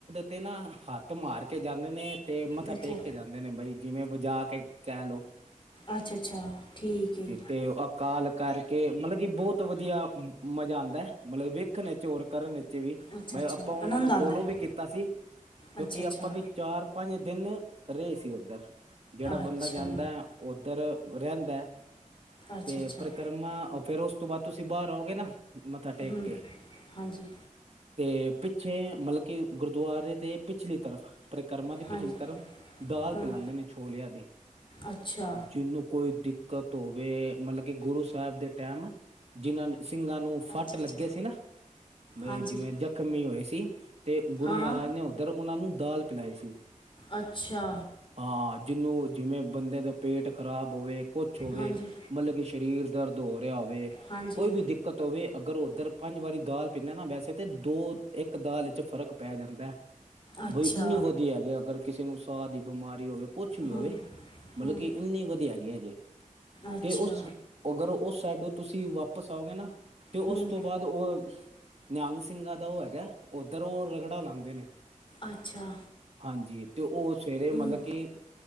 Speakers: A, on the right (about 50°); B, on the left (about 40°).
A: ਤੇ ਨਾ, ਹੱਥ ਮਾਰ ਕੇ ਜਾਂਦੇ ਨੇ ਤੇ ਮੱਥਾ
B: ਅੱਛਾ
A: ਟੇਕ ਕੇ ਜਾਂਦੇ ਨੇ ਬਈ ਜਿਵੇਂ ਬਜਾ ਕੇ ਕੈ ਲੋ।
B: ਅੱਛਾ ਅੱਛਾ ਠੀਕ ਹੈ
A: ਤੇ ਅਕਾਲ ਕਰਕੇ ਮਲਬ ਕੀ ਬੋਤ ਵਧੀਆ ਮਜ਼ਾ ਆਦਾ ਐ ਮਲਬ ਵੇ ਖਣ ਚੋਰ ਕਰਨ ਵਿੱਚ ਵੀ,
B: ਅੱਛਾ
A: ਮੈਂ
B: ਅੱਛਾ
A: ਆਪਾਂ
B: ਆਨੰਦ
A: ਓਨਾਂ ਨੂੰ
B: ਆਉਂਦਾ
A: ਫੋਲੋ
B: ਹੈ
A: ਵੀ ਕੀਤਾ ਸੀ, ਕਿਉਂਕਿ
B: ਅੱਛਾ ਅੱਛਾ
A: ਆਪਾਂ ਚਾਰ-ਪੰਜ ਦਿਨ, ਰਏ ਸੀ ਓਧਰ ਜੇੜਾ
B: ਅੱਛਾ
A: ਬੰਦਾ ਜਾਂਦੈ ਓਧਰ ਰੈਂਦੈ
B: ਅੱਛਾ
A: ਤੇ
B: ਅੱਛਾ
A: ਪਰ ਕਮਾ ਫੇਰ ਉਸ ਤੋਂ ਬਾਦ ਤੁਸੀਂ ਬਾਰ ਆਓਗੇ ਨਾ ਮੱਥਾ ਟੇਕ
B: ਹੂੰ
A: ਕੇ
B: ਹਾਂਜੀ
A: ਤੇ ਪਿੱਛੇ ਮਲਬ ਕਿ ਗੁਰਦੁਆਰੇ ਦੇ ਪਿਛਲੀ ਤਰਫ, ਪਰਿਕਰਮਾ ਦੀ
B: ਹਾਂਜੀ
A: ਪਿਛਲੀ ਤਰਫ ਦਾਲ
B: ਹਾਂ
A: ਪਿਲਾ ਦੇ ਨੇ ਛੋਲਿਆਂ ਦੀ
B: ਅੱਛਾ
A: ਜੀਨੂੰ ਕੋਈ ਦਿੱਕਤ ਹੋਵੇ ਮਲਬ ਕਿ ਗੁਰੂ ਸਾਹਿਬ ਦੇ ਟਾਈਮ, ਜਿਨਾ ਨੇ ਸਿੰਘਾਂ ਨੂੰ ਫੱਟ
B: ਅੱਛਾ
A: ਲੱਗੇ
B: ਅੱਛਾ
A: ਸੀ ਨਾ ਬੇ
B: ਹਾਂਜੀ
A: ਜਿਵੇਂ ਜਖ਼ਮੀ ਹੋਏ ਸੀ ਤੇ ਗੁਰੂ
B: ਹਾਂ
A: ਮਹਾਰਾਜ
B: ਹਾਂ
A: ਨੇ ਓਧਰ ਓਨਾਂ ਨੂੰ ਦਾਲ ਪਿਲਾਈ ਸੀ।
B: ਅੱਛਾ।
A: ਹਾਂ, ਜਿਹਨੂੰ ਜਿਵੇਂ ਬੰਦੇ ਦਾ ਪੇਟ ਖ਼ਰਾਬ ਹੋਵੇ ਕੁਛ ਹੋਵੇ,
B: ਹਾਂਜੀ
A: ਮਤਲਬ ਕਿ ਸਰੀਰ ਦਰਦ ਹੋ ਰਿਹਾ ਹੋਵੇ,
B: ਹਾਂਜੀ
A: ਕੋਈ ਵੀ ਦਿੱ ਕਤ ਹੋਵੇ, ਅਗਰ ਉਧਰ ਪੰਜ ਵਾਰੀ ਦਾਲ ਪੀਂਦਾ ਨਾ, ਵੈਸੇ ਤੇ ਦੋ ਇੱਕ ਦਾਲ ਵਿੱਚ ਫ਼ਰਕ ਪੈ ਜਾਂਦਾ।
B: ਅੱਛਾ
A: ਬਈ ਇੰਨੀ ਵਧੀਆ ਹੈਗੀ, ਅਗਰ ਕਿਸੇ ਨੂੰ ਸਾਹ ਦੀ ਬਿਮਾਰੀ ਹੋਵੇ। ਕੁਛ ਵੀ
B: ਹੂੰ
A: ਹੋਵੇ, ਮਤਲਬ
B: ਹੂੰ
A: ਕਿ ਇੰਨੀ ਵਧੀਆ ਹੈਗੀ ਆ ਜੇ,
B: ਅੱਛਾ
A: ਤੇ ਉਸ ਅਗਰ ਉਸ ਸਾਈਡੋ ਤੁਸੀਂ ਵਾਪਿਸ ਆਓਗੇ ਨਾ, ਤੇ ਉਸ
B: ਹੂੰ
A: ਤੋਂ ਬਾਅਦ ਤੇ ਉਹ ਨਿਹੰਗ ਸਿੰਘਾਂ ਦਾ ਉਹ ਹੈਗਾ, ਉੱਧਰ ਉਹ ਰਗੜਾ ਲਾਂਦੇ ਨੇ।
B: ਅੱਛਾ।
A: ਹਾਂਜੀ, ਤੇ ਉਹ ਸਵੇਰੇ
B: ਹੂੰ
A: ਮਤਲਬ ਕਿ